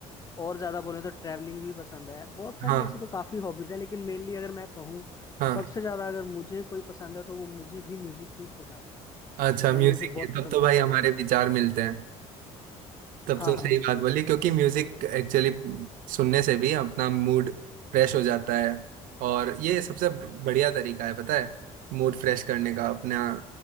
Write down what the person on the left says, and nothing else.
और ज़्यादा बोले तो ट्रैवलिंग भी पसंद है बहुत सारी
ऐसी तो काफ़ी हॉबीज़ है लेकिन मेनली अगर मैं कहूँ
सबसे ज़्यादा अगर मुझे कोई पसंद है तो वो मुझे भी म्यूज़िक ही पसंद है
मैं
म्यूज़िक बहुत
पसंद
करता
हूँ भाई
हाँ
हाँ बिल्कुल